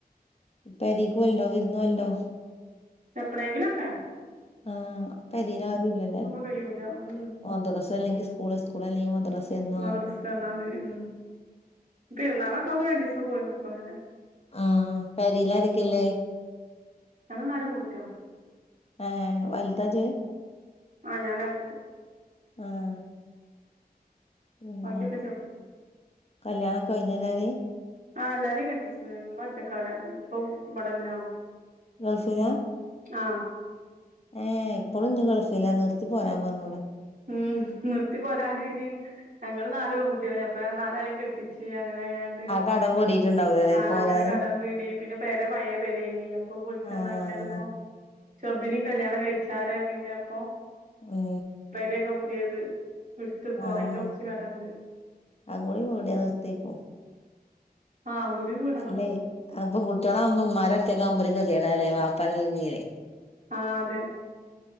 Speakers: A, on the left (about 40°); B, on the right (about 60°).
A: ഇപ്പ പെരീകോവൽണ്ടോ വിരുന്നോവലുണ്ടോ
B: എപ്പളേങ്കിലൊക്കെ
A: ആഹ് പെരീല് ആരുല്ലല്ല
B: കഴിയൂല ഉം
A: മദ്രസ അല്ലെങ്കിൽ സ്കൂള് സ്കൂൾ അല്ലെങ്കിൽ മദ്രസന്ന്
B: മദ്രസ ഉം പെരുന്നാളൊക്കെ ആകുമ്പോ രണ്ടീസം പോയി നിക്കും അങ്ങനെ
A: ആഹ് പെരിലാരക്കേല്ലേ
B: ഞങ്ങൾ നാല് പെൺകുട്ടികളാ.
A: എ വല്താജ്
B: ആഹ് ഞാനാ വല്ത്
A: ആഹ് പിന്നെ
B: ബാക്കിയൊക്കെ ചെറുതാ
A: കല്യാണംക്കെ കഴിഞ്ഞതാനി
B: ആഹ് എല്ലാരിം കെട്ടിച്ചീണ് ഇമ്മ ഒറ്റക്കാടെ ഇപ്പൊ ഇവടെല്ലാണും
A: ഗൾഫിലാ
B: ആഹ്
A: ഏ ഇപ്പോഴും ഇഞ് ഗൾഫ്ല്ലാ നിർത്തി പോരാൻ പറഞ്ഞൂടെ
B: ഉം നിർത്തി പോരാണ് ഇനി ഞങ്ങള് നാല് പെൺകുട്ടികളെ അപ്പ നാലാളേം കെട്ടിച്ച് അങ്ങനെ <unintelligible>
A: ആ കടം വീടീട്ടുണ്ടാവൂലല്ലേ
B: ആഹ്
A: പോരാന്
B: അങ്ങനെ കടം വീടി പിന്നെ പേര പയെ പെരേനി അപ്പൊ പൊളിച്ചന്നാക്കൃണ്ട്
A: ആഹ്
B: ഇപ്പോ ചേർതിനി കല്യാണം കഴിച്ചാരെ പിന്നെ ഇപ്പോ
A: മ്
B: പെരെയൊക്ക പുതിയത് എടുത്തിപ്പോ
A: ആഹ്
B: അയിന്റെ കുറച്ച് കടണ്ട്
A: അങ്ങോടു കൂടിയവസ്തേ പോം
B: ആ കൂടി വീടണം
A: അല്ലെ അ പെൺകുട്ടികളാവുമ്പോ ഉമ്മാര് ഒറ്റക്കാവുമ്പോ ഒരു കേതീടാല്ലേ വാപ്പാരില്ലെങ്കിലേ
B: ആഹ് അതെ